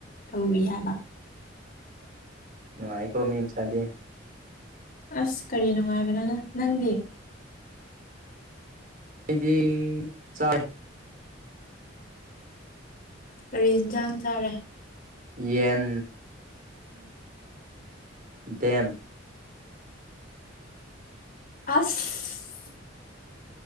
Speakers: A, on the left; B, on the right.
A: ꯇꯧꯔꯤ ꯌꯥꯕ
B: ꯅꯒꯤꯀ ꯃꯤ ꯃꯁꯗꯦ
A: ꯑꯁ ꯀꯔꯤ ꯅꯨꯡꯉꯥꯏꯕꯅꯣ ꯅꯪꯗꯤ
B: ꯑꯩꯗꯤ ꯆꯥꯏ
A: ꯀꯔꯤ ꯌꯦꯟꯁꯥꯡ ꯆꯥꯔꯦ
B: ꯌꯦꯟ ꯗꯦꯝ
A: ꯑꯁ